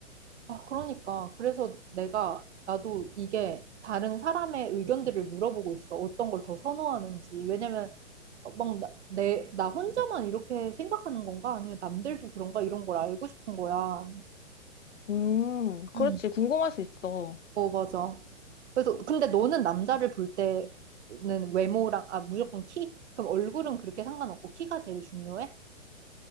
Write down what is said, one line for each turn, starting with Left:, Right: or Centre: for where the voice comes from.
Right: 아, 그러니까. 그래서 내가, 나도 이게 다른 사람의 의견들을 물어보고 있어. 어떤 걸 더 선호하는지. 왜냐면, 어, 막, 나, 내, 나 혼자만 이렇게 생각하는 건가? 아니면 남들도 그런가? 이런 걸 알고 싶은 거야.
Left: 음, 그렇지.
Right: 응.
Left: 궁금할 수 있어.
Right: 어, 맞아. 그래서, 근데 너는 남자를 볼 때는 외모랑, 아, 무조건 키? 그럼 얼굴은 그렇게 상관없고 키가 제일 중요해?